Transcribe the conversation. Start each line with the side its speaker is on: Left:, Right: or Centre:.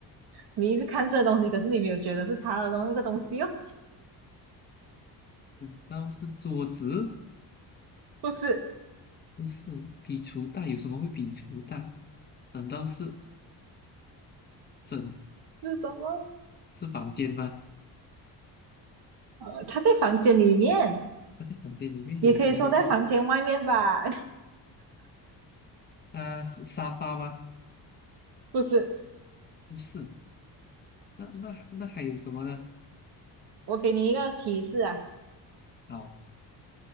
Right: 你一直看这东西，可是你没有觉得是它的东那个东西哦，
Left: 难道是桌子？
Right: 不是，
Left: 不是，比厨大有什么会比厨大？难道是整
Right: 是什么？
Left: 是房间吗？
Right: 呃，它在房间里面，
Left: 那在房间里面有什么东西？
Right: 也可以说在房间外面吧，
Left: 啊，是沙发吗？
Right: <laughs> 不是。
Left: 不是，那那那还有什么呢？
Right: 我给你一个提示啊，
Left: 好，